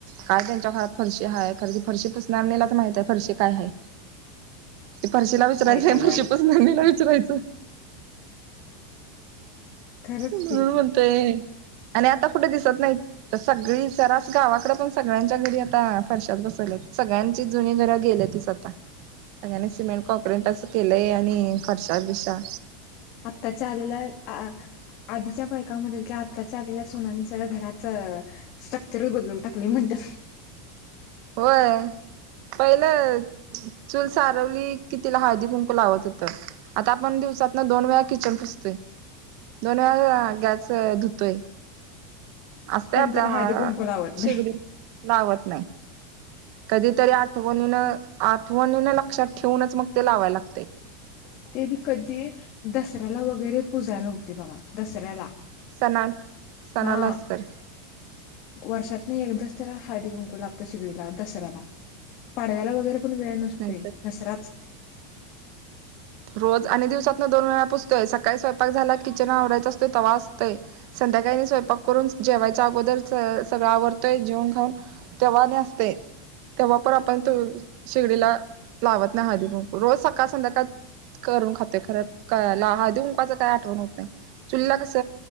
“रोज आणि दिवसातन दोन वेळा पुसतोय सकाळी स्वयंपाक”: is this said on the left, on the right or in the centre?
Right